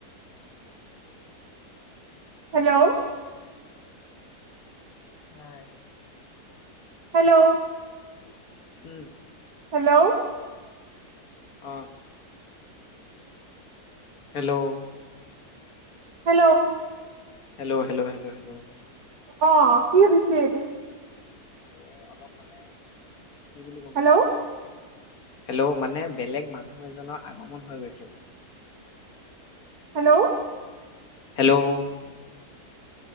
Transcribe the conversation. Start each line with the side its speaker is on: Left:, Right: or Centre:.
Right: হেল্ল'
Left: হয়।
Right: হেল্ল'
Left: উম।
Right: হেল্ল'
Left: অহ। Hello
Right: hello
Left: hello hello hello hello.
Right: অ কি হৈছে হৈছে।
Left: ় <unintelligible> ় <unintelligible>
Right: হেল্ল'
Left: হেল্ল' মানে বেলেগ মানুহ এজনৰ আগমন হৈ গৈছিল মানে।
Right: হেল্ল'
Left: হেল্ল'